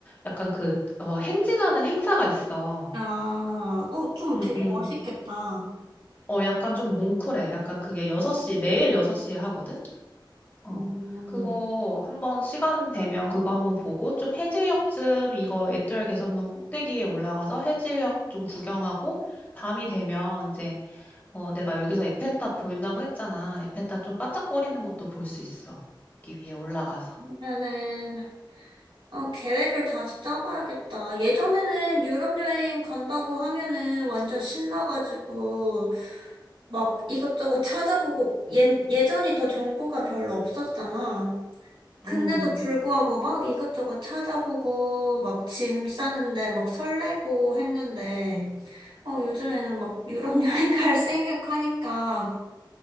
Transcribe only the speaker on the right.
아, 어, 좀
되게
멋있겠다.
음.
그러면은, 어, 계획을 다시 짜봐야겠다. 예전에는 유럽 여행 간다고 하면은 완전 신나가지고, 막 이것저것 찾아보고, 예, 예전이 더 정보가 별로 없었잖아. 근데도
불구하고 막 이것저것 찾아보고, 막 짐 싸는데 막 설레고 했는데, 어, 요즘에는 막 유럽 <laughs> 여행 갈 생각하니까,